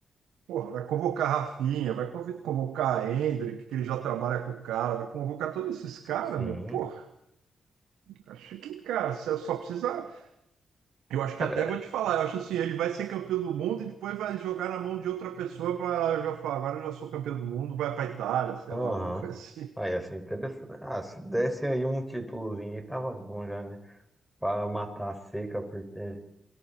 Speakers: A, on the right; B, in the centre.
A: Porra, vai convocar Rafinha, vai conv- convocar Endrick, que ele já trabalha com o cara, vai convocar todos esses caras,
B: Sim.
A: meu. Porra, acho que, cara, você só precisa. Eu acho
B: Cara,
A: que até vou te falar, eu acho assim, ele vai ser campeão do mundo e depois vai jogar na mão de outra pessoa para já falar, agora eu já sou campeão do mundo, vai para Itália, sei
B: Aham.
A: lá, alguma coisa assim.
B: Aí, assim, interessante. Ah, se desse aí um títulozinho aí, tava bom já, né? Pra matar a seca, porque